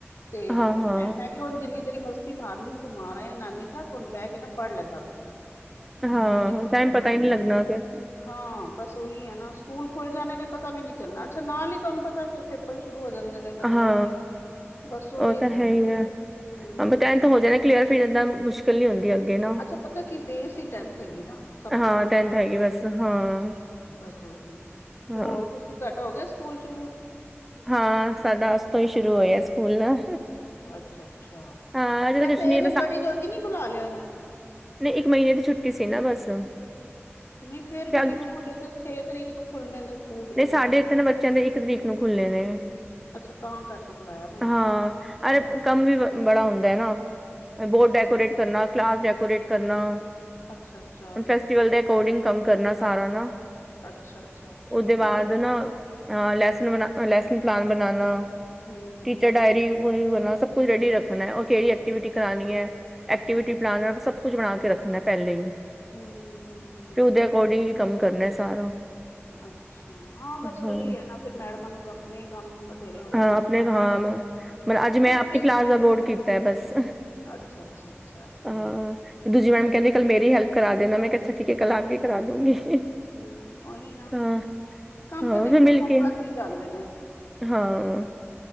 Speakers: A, on the left; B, in the centre.
A: ਤੇ
B: ਹਾਂ ਹਾਂ
A: ਮੈਂ ਮੈ। ਕਿ ਹੁਣ ਜਿੰਨੀ ਤੇਰੀ ਮਸਤੀ ਮਾਰਨੀ ਸੀ ਤੂੰ ਮਾਰ ਆਇਆ ਨਾਨੀ ਘਰ ਹੁਣ ਬਹਿ ਕੇ ਨਾ ਪੜ੍ਹ ਲੈ ਦੱਸ ਦਿਨ।
B: ਹਾਂ
A: ਤੇ
B: ਟਾਈਮ ਪਤਾ ਹੀ ਨਹੀਂ ਲੱਗਣਾ ਫਿਰ।
A: ਹਾਂ ਬਸ ਉਹੀ ਐ ਨਾ, ਸਕੂਲ ਖੁੱਲ ਜਾਣੇ ਨੇ ਪਤਾ ਵੀ ਨੀ ਚੱਲਣਾ। ਅੱਛਾ ਨਾਲ ਹੀ ਤੁਹਾਨੂੰ ਪਤਾ ਫਿਰ ਪੇਪ ਪੇਪਰ ਸ਼ੁਰੂ ਹੋ ਜਾਂਦੇ ਨੇ ਬੱਚਿਆਂ
B: ਹਾਂ
A: ਦੇ। ਬਸ ਉਹਦੇ
B: ਉਹ ਤਾਂ
A: ਵਿੱਚ
B: ਹੈ
A: ਹੀ
B: ਇ
A: ਹੂੰ
B: ਐਬ‌ ਟੈਨਥ ਹੋ ਜਾਣੇ ਨਾ ਕਲੀਅਰ। ਫੇਰ ਏਦਾਂ ਮੁਸ਼ਕਿਲ ਨੀ ਹੁੰਦੀ ਅੱਗੇ ਨਾ।
A: ਅੱਛਾ ਪਤਾ ਕੀ ਬੇਸ ਟੈਂਨਥ ਹੈਗੀ ਨਾ। ਸਭ
B: ਹਾਂ
A: ਤੋਂ ਵੱਡੀ
B: ਟੈਨਥ
A: ਗੱਲ
B: ਹੈਗੀ
A: ਐ
B: ਬਸ ਹਾਂ
A: ਬਸ ਉਹੀ
B: ਹਾਂ
A: ਤੇ ਹੋਰ ਤੁਸੀਂ ਤੁਡੇ ਹੋ ਗਏ ਸਕੂਲ ਸ਼ੁਰੂ।
B: ਹਾਂ ਸਾਡਾ ਅੱਜ ਤੋਂ ਹੀ ਸ਼ੁਰੂ ਹੋਇਆ ਸਕੂਲ ਨਾ।
A: ਅੱਛਾ-ਅੱਛਾ,
B: ਹਾਂ ਅਜੇ
A: ਵੈਸੇ
B: ਤਾਂ ਕੁਛ ਨੀ
A: ਇਹਨੇ ਬੜੀ ਜਲਦੀ ਨੀ ਬੁਲਾ ਲਿਆ ਇਹਨਾਂ ਨੇ।
B: ਨੀ ਇੱਕ ਮਹੀਨੇ ਦੀ ਛੁੱਟੀ ਸੀ ਨਾ ਬਸ।
A: ਨਹੀਂ ਫੇਰ ਵੀ
B: ਹਾਂ
A: ਜਿਵੇਂ ਹੁਣ ਤੇ ਤਰੀਕ ਨੂੰ ਖੁੱਲਨੇ ਨੇ ਸਕੂਲ ਤੇ
B: ਨੀ
A: ਬੜੀ
B: ਸਾਡੇ
A: ਜਲਦੀ ਬੁਲਾ
B: ਇਥੇ ਬੱਚਿਆਂ ਦੇ ਇੱਕ ਤਰੀਕ ਨੂੰ ਖੁੱਲ੍ਹੇ ਨੇ।
A: ਅੱਛਾ ਤਾਂ ਕਰਕੇ ਬੁਲਾਇਆ ਹੋਣਾ।
B: ਹਾਂ ਅਰੇ ਕੰਮ ਵੀ ਬੜਾ ਹੁੰਦਾ ਏ ਨਾ। ਬੋਰਡ
A: ਅੱਛਾ
B: ਡੈਕੋਰੇਟ ਕਰਨਾ, ਕਲਾਸ ਡੈਕੋਰੇਟ ਕਰਨਾ, ਹੁਣ
A: ਅੱਛਾ ਅੱਛਾ
B: ਫੈਸਟੀਵਲ ਤੇ। ਕੋਡਿੰਗ ਕੰਮ ਕਰਨਾ ਸਾਰਾ ਨਾ।
A: ਅੱਛਾ-ਅੱਛਾ-ਅੱਛਾ
B: ਉਹਦੇ ਬਾਅਦ
A: ਉਥੇ ਹੈ
B: ਨਾ
A: ਹੀ ਐ।
B: ਅ ਲੈਸਨ ਬ ਲੈਸਨ ਪਲਾਨ ਬਨਾਨਾ
A: ਹੂੰ ਹੂੰ
B: ਟੀਚਰ
A: ਹੂੰ
B: ਡਾਇਰੀ ਉਹੀ ਨਾ, ਸਭ ਕੁਛ ਰੈਡੀ ਰੱਖਣਾ ਔਰ ਕਿਹੜੀ ਐਕਟੀਵਿਟੀ ਕਰਾਣੀ ਏ, ਐਕਟੀਵਿਟੀ ਪਲਾਨ ਸਭ। ਕੁੱਝ ਬਣਾ ਕੇ ਰੱਖਣਾ ਪਹਿਲੇ ਹੀ।
A: ਹੂੰ ਹੂੰ। ਹੂੰ ਹੂੰ।
B: ਫਿਰ ਉਹਦੇ ਅਕੋਰਡਿੰਗ ਹੀ ਕੰਮ ਕਰਨਾ ਸਾਰਾ।
A: ਅੱਛਾ, ਹਾਂ ਬਸ ਉਹੀ
B: ਹਾਂ
A: ਹੈ ਨਾ ਫਿਰ ਮੈਡਮਾਂ ਨੂੰ ਆਪਣੇ ਹੀ ਕੰਮ ਬਥੇਰੇ ਹੋ ਜਾ।
B: ਹਾਂ ਆਪਣੇ ਕਾਮ ਮੈਂ ਅੱਜ ਮੈਂ ਆਪਣੀ
A: ਪ੍ਰਿੰਸੀਪਲ
B: ਕਲਾਸ ਦਾ ਬੋਰਡ ਕੀਤਾ ਬਸ
A: ਅੱਛਾ ਅੱਛਾ ਅੱਛਾ ਠੀਕ
B: ਹਾਂ।
A: ਹੈ
B: ਦੂਜੀ ਮੈਮ ਕਹਿੰਦੀ ਕੱਲ੍ਹ ਮੇਰੀ ਹੈਲਪ ਕਰਾ ਦੇਣਾ, ਮੈਂ ਕਿਹਾ ਅੱਛਾ ਠੀਕ ਐ, ਕੱਲ੍ਹ ਆਪ ਕੀ ਕਰਾ ਦੂੰਗੀ।
A: ਹਮ ਉਹੀ ਨਾ
B: ਹਾਂ
A: ਕੰਮ
B: ਹਾਂ
A: ਤਾਂ ਦੇਖੋ
B: ਫਿਰ ਮਿਲ
A: ਹੋਮ
B: ਕੇ
A: ਵਧ ਹੀ ਜਾਂਦੇ ਨੇ।
B: ਹਾਂ